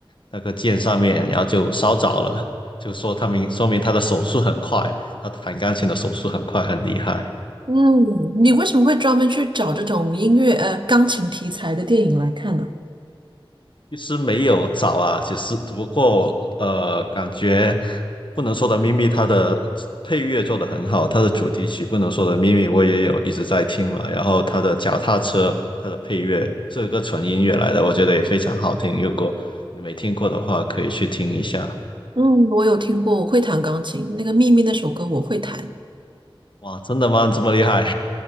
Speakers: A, on the left (about 60°); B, on the right (about 55°).
A: 那个键上面，然后就烧着了，就说他明说明他的手速很快，他弹钢琴的手速很快，很厉害。
B: 嗯，你为什么会专门去找这种音乐呃钢琴题材的电影来看呢？
A: 其实没有找啊，其实只不过呃，感觉不能说的秘密它的配乐做得很好，它的主题曲不能说的秘密我也有一直在听嘛，然后它的脚踏车它的配乐是个纯音乐来的，我觉得也非常好听，如果你没听过的话，可以去听一下。
B: 嗯，我有听过，我会弹钢琴，那个《秘密》那首歌我会弹。
A: 哇，真的吗？这么厉害？